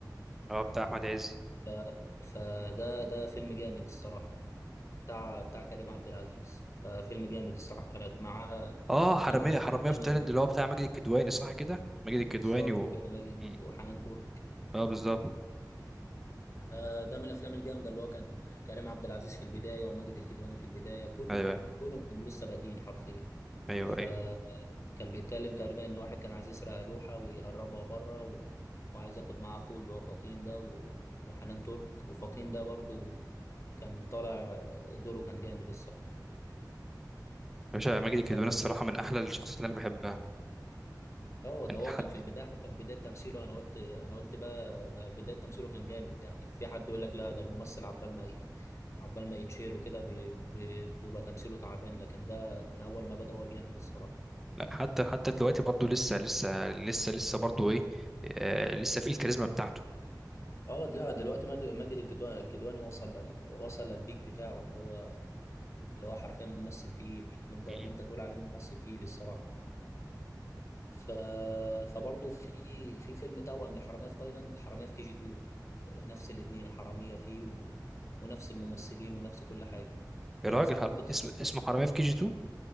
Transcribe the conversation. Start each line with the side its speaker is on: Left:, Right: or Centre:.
Centre: اه بتاع احمد عز
Left: ف... فده ده فيلم جامد الصراحة بتاع بتاع كريم عبد العزيز ففيلم جامد الصراحة كانت معاه
Centre: اه حراميه
Left: ماجد الكدواني
Centre: حراميه في تايلاند اللي هو بتاع ماجد الكدواني صح كده ماجد الكدواني
Left: بالظبط
Centre: و
Left: كده ماجد
Centre: م.
Left: وحنان ترك
Centre: اه بالظبط
Left: آه، ده من الافلام الجامده اللي هو كان كريم عبد العزيز في البدايه وماجد الكدواني في البدايه كله
Centre: ايوه
Left: كان
Centre: ايوه
Left: كلهم كانوا لسه بادئين حرفيا
Centre: ايوه أيوه.
Left: فكان بيتكلم تقريبا ان واحد كان عايز يسرق لوحه ويهربها بره و... وعايز ياخد معاه اخوه اللي هو فطين ده و... وحنان ترك وفطين ده برضو كان طالع دوره كان جامد
Centre: باشا ماجد الكدواني
Left: الصراحه
Centre: الصراحة من أحلى الشخصيات اللي أنا بحبها
Left: اه ده
Centre: يعني
Left: هو
Centre: حتى
Left: كان في البدايه حتى في بدايه تمثيله انا قلت انا قلت بقى ده بدايه تمثيله كان جامد يعني في حد يقول لك لا ده الممثل عبال ما ي... عبال ما يتشير وكده بي... بي... بيبقى تمثيله تعبان لكن ده من اول ما بدا هو جامد الصراحه
Centre: لا حتى حتى دلوقتي برضو لسه لسه لسه لسه برضو إيه آه لسه فيه الكاريزما بتاعته
Left: اه لا دلوقتي ماجد ماجد الكدواني الكدواني وصل لل... وصل للبيك بتاعه اللي هو اللي هو حرفيا ممثل تقيل اللي انت اللي
Centre: مم.
Left: انت تقول عليه ممثل تقيل الصراحه ف... فبرضه في في فيلم توأم لحرامية في تايلاند حرامية في كي جي 2 نفس الاتنين حرامية فيه و... ونفس الممثلين ونفس كل حاجة
Centre: يا
Left: فأنت
Centre: راجل
Left: ساعات
Centre: حر...
Left: ممكن تتلخبط
Centre: اسم... اسمه حرامية في كي جي 2